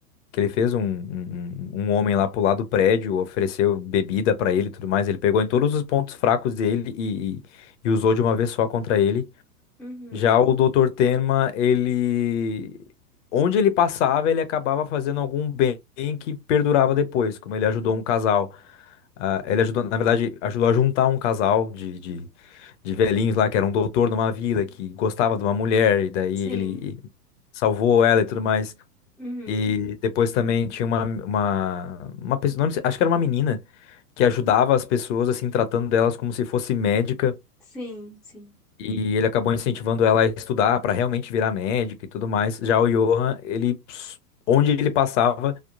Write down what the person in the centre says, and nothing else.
uhum,
sim,
uhum,
Sim, sim.